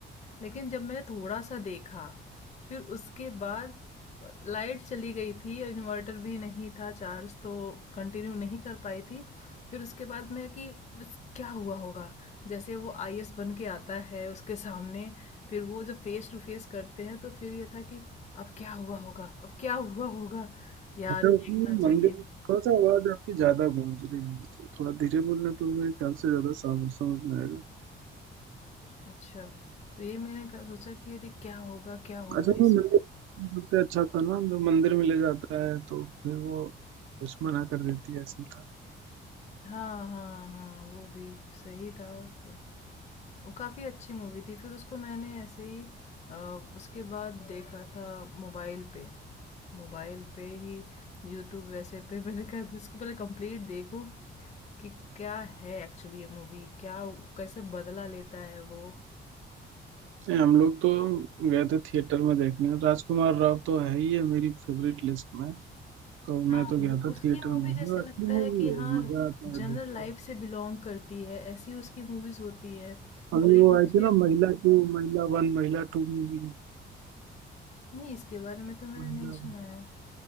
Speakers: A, on the left (about 35°); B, on the right (about 80°).
A: लेकिन जब मैंने थोड़ा सा देखा फिर उसके बाद लाइट चली गई थी इन्वर्टर भी नहीं था चार्ज तो कंटिन्यू नहीं कर पाई थी फिर उसके बाद मैं कि बस क्या हुआ होगा जैसे वो आई बन के आता है उसके सामने फिर वो जब फेस टू फेस करते हैं तो फिर ये था कि अब क्या हुआ होगा अब क्या हुआ होगा यार
B: अच्छा
A: देखना
B: उसमें
A: चाहिए
B: मंदिर थोड़ा सा आवाज आपकी ज्यादा गूंज रही है तो थोड़ा धीरे बोलना तो मेरे ख्याल से ज्यादा समझ समझ में आएगा
A: अच्छा तो ये मैंने कहा- सोचा कि अरे क्या होगा क्या होगा
B: अच्छा वो
A: इसमें
B: मंदिर सबसे अच्छा था ना जो मंदिर में ले जाता है तो फिर वो कुछ मना कर देती है ऐसी था
A: हाँ हाँ हाँ वो भी सही था सब काफ़ी अच्छी मूवी थी फिर उसको मैंने ऐसे ही अ, उसके बाद देखा था मोबाइल पे मोबाइल पे ही यूट्यूब वैसे पे मैंने कहा इसको पहले कंप्लीट देखूं कि क्या है एक्चुअली ये मूवी क्या कैसे बदला लेता है वो
B: नहीं, हम लोग तो गए थे थिएटर में देखने राजकुमार राव तो है ही है मेरी फेवरेट लिस्ट में तो
A: हाँ
B: मैं तो गया
A: वो
B: था
A: उसकी
B: थिएटर
A: मूवी
B: में देखने
A: जैसे
B: और
A: लगता
B: अच्छी मूवी
A: है कि हाँ
B: है मजा आता
A: जनरल
B: है देख के
A: लाइफ से बिलोंग करती है ऐसी उसकी मूवीज होती है
B: अभी
A: और एक
B: वो
A: मुझे
B: आई थी ना महिला टू महिला वन महिला टू मूवी
A: नहीं इसके बारे में तो मैंने
B: महिला
A: नहीं सुना है।